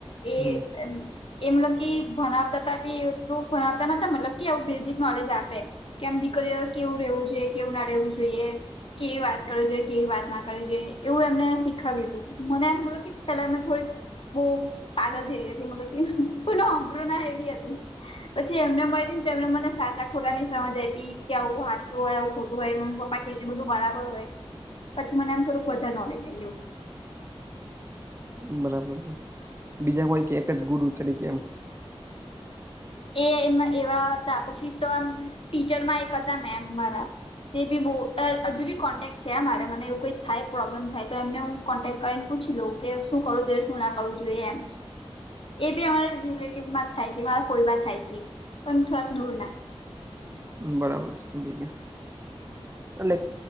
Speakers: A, on the left (about 65°); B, on the right (about 25°).
A: એ
B: હમ
A: એમ. એ મતલબ કે ભણાવતાબી એટલું ભણાવતા નતા મતલબ કે આવું બેઝિક નોલેજ આપે. કેમ દીકરીઓ કેવું રહેવું જોઈએ કેવું ના રહેવું જોઈએ. કેવી વાત કરે છેઈ કેવી વાત ના કરે જોઈ એવું એમને શીખાવ્યું હતું મને એમ મતલબ કે પેલા થોડીક બહ પાગલ જેવી હતી મ કેલો અબરોના એવી હતી પછી એમને મળય ને તો એમને મને સાચા ખોલા ની સમજ આપી કે આવું સાચું હોય આવું ખોટું હોય મમ્મ પપા એ બધું બરાબર હોય પછી મને એમ થોડુંક વધારે નોલેજ આવી ગયું
B: બરાબર છે બીજા કોઈ કે એક જ ગુરુ તરીકે એમ
A: એ એવા હતા પછી તો આમ ટીચરમાં એક હતા મેમ મારા તે બી બહુ હજી બી કોન્ટેક્ટ છે મારે મને એવું કોઈ થાય પ્રોબ્લેમ થાય તો એમને હું કોન્ટેક્ટ કરીને પૂછી લ કે શું કરવું જોઈએ શું ના કરવું જોઈએ એમ એ બી અમારા રિલેટિવ માં જ થાય છે મારા ફોઈમાં થાય છે પણ થોડાક દૂર ના
B: બરાબર છે સમજી ગયો એટલે